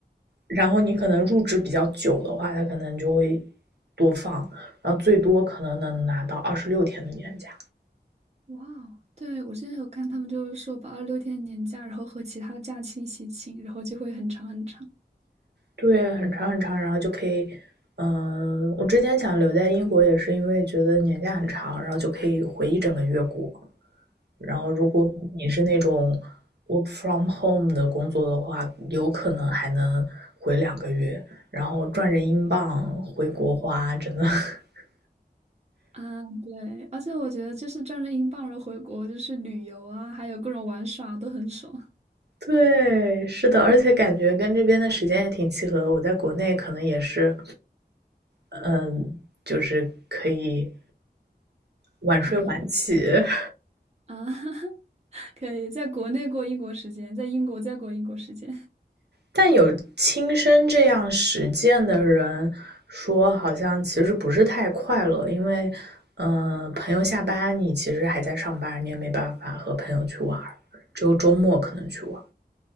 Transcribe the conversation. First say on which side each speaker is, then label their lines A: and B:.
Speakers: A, on the right; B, on the right.
A: 然后你可能入职比较久的话，它可能就会多放，然后最多可能能拿到二十六天的年假。
B: 哇哦，对，我之前有看他们就是说把二六天年假，然后和其他的假期一起请，然后就会很长很长。
A: 对，很长很长，然后就可以，嗯、我之前想留在英国也是因为觉得年假很长，然后就可以回一整个月国。然后如果你是那种 work from home 的工作的话，有可能还能回两个月，然后赚着英镑回国花，真的 <laughs>
B: 啊，对，而且我觉得就是赚着英镑，然后回国就是旅游啊，还有各种玩耍都很爽。
A: 对，是的，而且感觉跟这边的时间也挺契合的。我在国内可能也是，嗯，就是可以晚睡晚起，
B: 熬夜
A: <laughs>
B: 啊，<laughs> 可以在国内过英国时间，在英国再过英国时间
A: 但有亲身这样实践的人说，好像其实不是太快乐，因为，呃，朋友下班你其实还在上班，你也没办法和朋友去玩儿只有周末可能去玩。